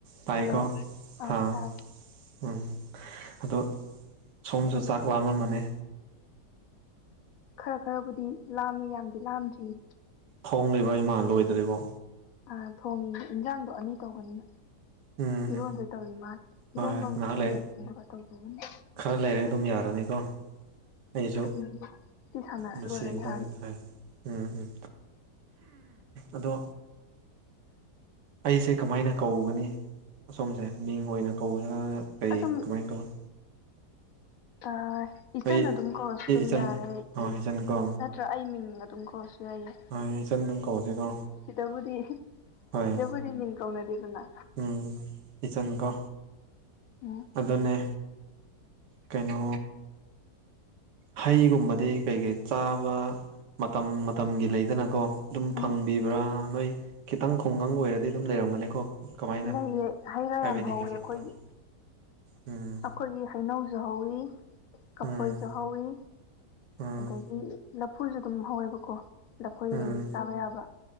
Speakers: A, on the right (about 80°); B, on the left (about 65°).
A: ꯇꯥꯏꯀꯣ
B: hello ꯑꯥ
A: ꯍꯥ
B: ꯇꯥꯏ
A: ꯎꯝ ꯑꯗꯨ ꯁꯣꯝꯁꯨ ꯆꯥꯛ ꯂꯥꯝꯃꯝꯃꯅꯤ
B: ꯈꯔ ꯈꯔꯕꯨꯗꯤ ꯂꯥꯝꯃꯤ ꯌꯥꯝꯗꯤ ꯂꯥꯝꯗ꯭ꯔꯤꯌꯦ
A: ꯍꯣꯡꯂꯤꯕ ꯏꯃꯥꯟ ꯂꯣꯏꯗ꯭ꯔꯤꯕꯣ
B: ꯑ ꯊꯣꯡꯉꯤ ꯏꯟꯖꯥꯡꯗꯣ ꯑꯅꯤ ꯇꯧꯕꯅꯤꯅ
A: ꯎꯝ
B: ꯏꯔꯣꯟꯗꯣꯏ
A: ꯎꯝ
B: ꯇꯧꯤ ꯃꯥꯂꯦ
A: ꯍꯣꯏ
B: ꯏꯔꯣꯐꯝꯒ
A: ꯉꯥꯏꯍꯥꯛ ꯂꯩ
B: ꯌꯦꯟꯐꯝꯣꯡꯗꯨꯒ ꯇꯧꯗꯣꯛꯒꯅꯤ
A: ꯈꯔ ꯂꯩꯔꯦ ꯑꯗꯨꯝ ꯌꯥꯔꯅꯤꯀꯣ ꯑꯩꯁꯨ
B: ꯎꯝ ꯁꯤ ꯁꯥꯟꯅꯔ
A: ꯃꯁꯤꯗꯧꯗꯅ
B: ꯂꯣꯏꯔ ꯌꯥꯔꯅꯤ
A: ꯍꯥꯏ ꯎꯝ ꯎꯝ ꯑꯗꯣ ꯑꯩꯁꯦ ꯀꯃꯥꯏꯅ ꯀꯧꯒꯅꯤ ꯑꯁꯣꯝꯁꯦ ꯃꯤꯡ ꯑꯣꯏꯅ ꯀꯧꯔꯒ ꯀꯩ
B: ꯑꯗꯨꯝ
A: ꯀꯃꯥꯏꯅ ꯀꯧꯅꯤ
B: ꯑ ꯏꯆꯟꯅ
A: ꯑꯩ
B: ꯑꯗꯨꯝ ꯀꯧꯔꯁꯨ
A: ꯑꯦ
B: ꯑꯗꯨꯝ
A: ꯏꯆꯟ
B: ꯌꯥꯔꯦ
A: ꯍꯣꯏ ꯏꯆꯟ ꯀꯣ
B: ꯅꯠꯇ꯭ꯔ ꯑꯩ ꯃꯤꯡ ꯑꯗꯨꯝ ꯀꯧꯔꯁꯨ ꯌꯥꯏꯌꯦ
A: ꯍꯣꯏ ꯏꯆꯟ ꯑꯗꯨꯝ ꯀꯧꯁꯤꯀꯣ
B: ꯁꯤꯗꯕꯔꯤ
A: ꯍꯣꯏ
B: ꯁꯤꯗꯕꯔꯤ ꯃꯤꯡ ꯀꯥꯎꯅ ꯗꯦꯔꯅꯥ
A: ꯎꯝ ꯏꯆꯟ ꯀꯣ
B: ꯎꯝ
A: ꯑꯗꯨꯅꯦ ꯀꯩꯅꯣ ꯍꯩꯒꯨꯝꯕꯗꯤ ꯀꯩ ꯀꯩ ꯆꯥꯕ ꯃꯇꯝ ꯃꯇꯝꯒꯤ ꯂꯩꯗꯅꯀꯣ ꯑꯗꯨꯝ
B: ꯎꯝ
A: ꯐꯪꯕꯤꯕ꯭ꯔꯥ ꯅꯣꯏ ꯈꯤꯇꯪ ꯈꯨꯡꯒꯪ ꯑꯣꯏꯔꯗꯤ ꯑꯗꯨꯝ ꯂꯩꯔꯝꯒꯅꯤꯀꯣ ꯀꯃꯥꯏꯅ
B: ꯂꯩꯌꯦ ꯍꯩ ꯔꯥ
A: ꯍꯥꯏꯕꯤꯅꯤꯡꯉꯤꯁꯤ
B: ꯌꯥꯝ ꯍꯧꯋꯦ ꯑꯩꯈꯣꯏꯒꯤ
A: ꯃꯇꯥꯡꯗ ꯎꯝ
B: ꯑꯩꯈꯣꯏꯒꯤ ꯍꯩꯅꯧꯁꯨ ꯍꯧꯏ ꯀꯐꯣꯏꯁꯨ
A: ꯎꯝ
B: ꯍꯧꯏ
A: ꯎꯝ
B: ꯑꯗꯒꯤ ꯂꯐꯨꯁꯨ ꯑꯗꯨꯝ ꯍꯧꯋꯦꯕꯀꯣ ꯂꯐꯣꯏ
A: ꯎꯝ
B: ꯑꯗꯨꯝ ꯆꯥꯕ ꯌꯥꯕ